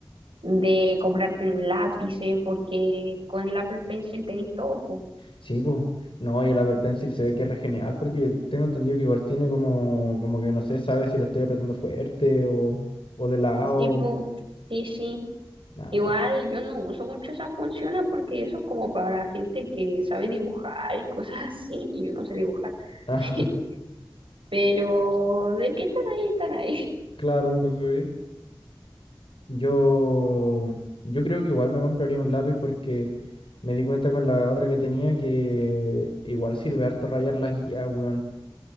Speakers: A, on the right; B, on the left.
A: de comprarte lápices, porque con el Apple Pencil tenés todo, po.
B: Sí, pues. No, y el Apple Pencil se ve que es re genial porque tengo entendido que igual tiene como, como que no sé, sabe si lo estoy apretando fuerte o, o de lado.
A: Sí, po, sí, sí.
B: Nah.
A: Igual
B: <laughs>
A: yo no uso mucho esas funciones porque eso es como para gente que sabe dibujar y cosas así, y yo no sé dibujar.
B: Ah,
A: <laughs> Pero de que están ahí, están ahí.
B: claro, aunque se ve. Yo, yo creo que igual me compraría un lápiz porque me di cuenta con la otra que tenía que igual sirve harto rayar la guía, weón.